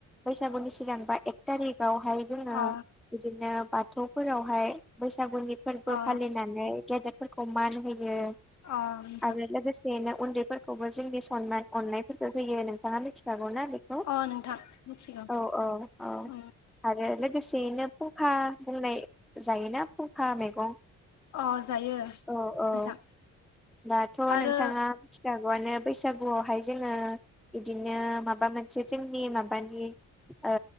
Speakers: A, in the centre; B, on the left.
A: बैसागुनि सिगां बा एक थारिख बावहाय जोङो
B: अ
A: बिदिनो बाथौफोरावहाय बैस बैसागुनि फोरबो
B: अ
A: फालिनानै गेदेरफोरखौ मान होयो।
B: अ नोंथां
A: आरो लोगोसेनो उन्दैफोरखौबो जोंनि सनमान अननायफोरखौ होयो नोंथाङा मिथिखागौ।। ना बेखौ
B: अ नोंथां मिथिगौ
A: आरो औ औ औ
B: उम
A: आरो लोगोसेयैनो फुंखा बुंनाय जायोना फुंखा मैगं।
B: अ जायो
A: औ औ
B: नोंथां।
A: दाथ'
B: आरो
A: नोंथाङा मिथिखागौआनो बैसागुआवहाय जोङो बिदिनो माबा मोनसे जोंनि माबानि ओ